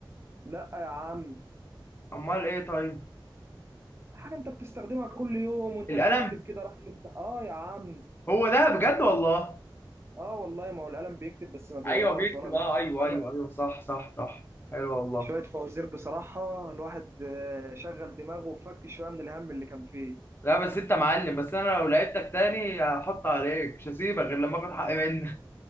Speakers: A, on the right; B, on the left.
A: لا يا عم
B: امال ايه طيب
A: حاجه انت بتستخدمها كل يوم وانت
B: القلم
A: بتكتب كده راح انت اه يا عم
B: هو ده بجد والله
A: اه والله ما هو القلم بيكتب بس ما بيقراش
B: ايوه بيكتب
A: وانا غلطت
B: اه
A: في
B: ايوه
A: حاجه
B: ايوه ايوه صح صح صح حلو والله
A: شوية فوازير بصراحة الواحد آه، شغل دماغه وفك شوية من الهم اللي كان فيه
B: لا بس انت معلم بس انا لو لعبتك تاني هحط عليك مش هسيبك غير لما اخد حقي منك